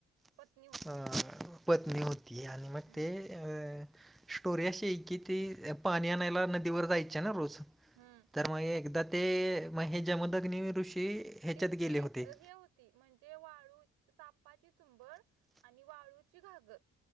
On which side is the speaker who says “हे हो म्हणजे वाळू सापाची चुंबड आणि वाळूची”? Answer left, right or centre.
Right